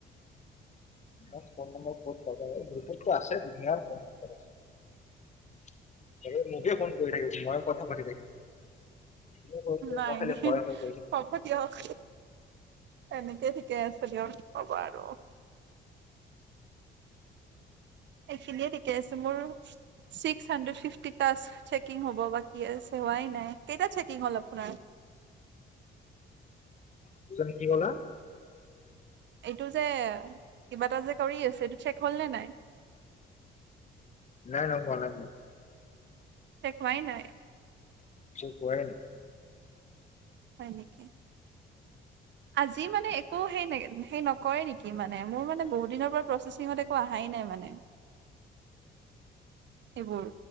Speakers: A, on the left; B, on the right.
A: ইমান ফোন নম্বৰ ক'ত পাবা গ্ৰুপতটো আছে দুনিয়াৰ ফোন নম্বৰ আছে। এ মোকে ফোন কৰি থাকিব। মই কথা পাতি থাকিম। তুমি কৈ থাকিবা
B: নাই
A: মই খালি
B: নাই
A: হয় হয় কৈ থাকিম
B: হ'ব দিয়ক। এনেকে ঠিকে আছে দিয়ক। পাবাই ন? এইখিনিয়ে ঠিকে আছে মোৰ six hundred fifty task checking হ'ব হ'ব বাকী আছে হোৱাই নাই, কেইটাত চেকিং হ'ল আপোনাৰ?
A: বুজা নাই, কি ক'লা
B: এইটো যে কিবা এটা যে কৰি আছে, এইটো চেক হ'ল নে নাই
A: নাই নাই, হোৱা নাই মোৰ।
B: চেক হোৱাই নাই?
A: চ কুৱ হয় ন
B: হয় নেকি আজি মানে একো সেই সেই নকৰে নেকি মানে মোৰ মানে বহুত দিনৰ পৰা প্ৰচেচিঙত একো অহাই নাই মানে এইবোৰ